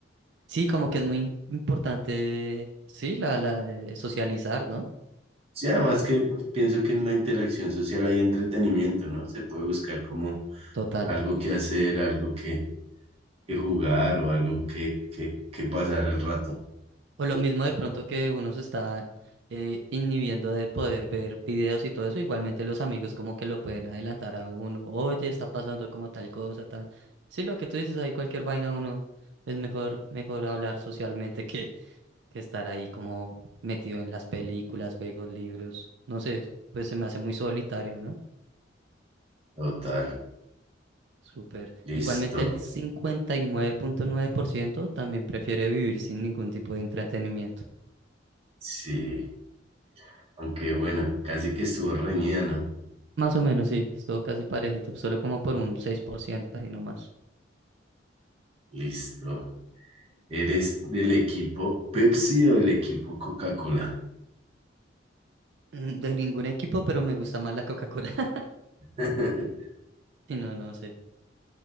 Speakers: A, on the right; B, on the right.
A: Sí, como que es muy importante, sí, la, la, eh, socializar, ¿no?
B: Sí, además que pienso que en la interacción social hay entretenimiento, ¿no? Se puede buscar como
A: Total.
B: algo que hacer, algo que, que jugar o algo que, que, que pasar el rato.
A: O lo mismo de pronto que uno se está eh, inhibiendo de poder ver videos y todo eso, igualmente los amigos como que lo pueden adelantar a uno, oye, está pasando como tal cosa, tal. Sí, lo que tú dices, ahí cualquier vaina uno es mejor, mejor hablar socialmente que, que estar ahí como metido en las películas, juegos, libros. No sé, pues se me hace muy solitario, ¿no?
B: Total,
A: Súper.
B: listo.
A: Igualmente el cincuenta y nueve nueve punto nueve por ciento también prefiere vivir sin ningún tipo de entretenimiento.
B: Sí, aunque bueno, casi que estuvo reñida, ¿no?
A: Más o menos, sí, estuvo casi parejito, solo como por un 6% ahí nomás. <laughs>
B: Listo. ¿Eres del equipo Pepsi o del equipo Coca-Cola?
A: Mm, De ningún equipo, pero me gusta más la Coca-Cola. <laughs>
B: <laughs>
A: Si no, no sé.